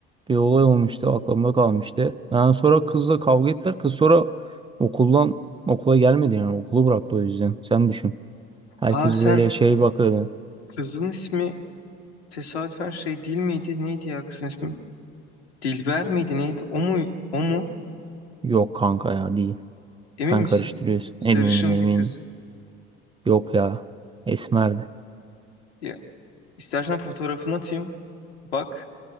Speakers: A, on the right (about 15°); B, on the left (about 85°).
A: Bir olay olmuştu aklımda kalmıştı. Yani sonra kızla kavga ettiler. Kız sonra okuldan okula gelmedi yani okulu bıraktı o yüzden. Sen düşün. Herkes
B: Ha sen
A: böyle şey bakıyordu.
B: kızın ismi tesadüfen şey değil miydi? Neydi ya kızın ismi? Dilber miydi neydi? O mu? O mu?
A: Yok kanka ya değil.
B: Emin
A: Sen
B: misin?
A: karıştırıyorsun.
B: Sarışın
A: Eminim eminim.
B: bir kız.
A: Yok ya. Esmerdi.
B: Ya istersen fotoğrafını atayım. Bak